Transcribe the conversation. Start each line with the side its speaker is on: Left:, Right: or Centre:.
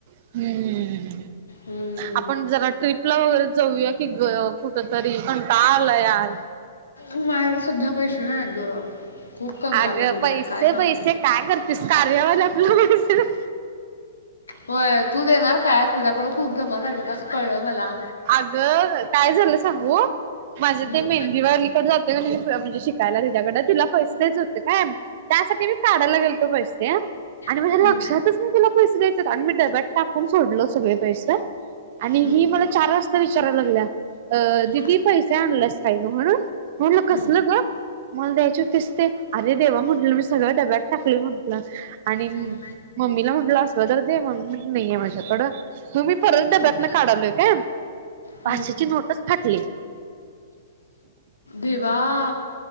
Right: हम्म..
Left: हम्म.
Right: आपण जरा ट्रिपला वगैरे जाऊया की गं कुठ तरी. कंटाळा आला यार.
Left: नायत गं सध्या पैसे नाहीत गं. खूप कंगाल
Right: अगं
Left: आहे मी.
Right: पैसे
Left: काय सांगू?
Right: पैसे काय करतेस? कार्या वाला <unintelligible>
Left: होय तू देणार काय? तुझ्याकडं खूप जमा झालेत असं कळलं मला.
Right: अगं, काय झालं सांगू? माझे
Left: हम्म.
Right: ते मेहंदीवालीकडे जात <unintelligible> म्हणजे शिकायला तिच्याकडं. तिला पैसे द्यायचे होते काय? त्यासाठी मी काढायला गेलतो पैसे, आणि माझ्या
Left: हम्म,
Right: लक्षात कसलं तिला पैसे द्यायचेत आणि मी डब्यात टाकून सोडलं सगळे पैसे आणि
Left: हम्म,
Right: ही मला चार वाजता विचारयला लागल्या? अ
Left: हम्म, हम्म,
Right: दिदी पैसे आणलेच काय गं म्हण? म्हटलं
Left: हम्म,
Right: कसलं ग? मला द्यायचे होतीस ते, अरे देवा म्हंटलं मी सगळं डब्यात टाकले म्हंटलं आणि.
Left: हम्म,
Right: मम्मीला म्हटलं असलं तर दे, मम्मी नाहीये माझ्या कड मग मी परत डब्यातन
Left: हम्म,
Right: काढालोय का? पाचशेची
Left: हम्म.
Right: नोटचं फाटली.
Left: देवा..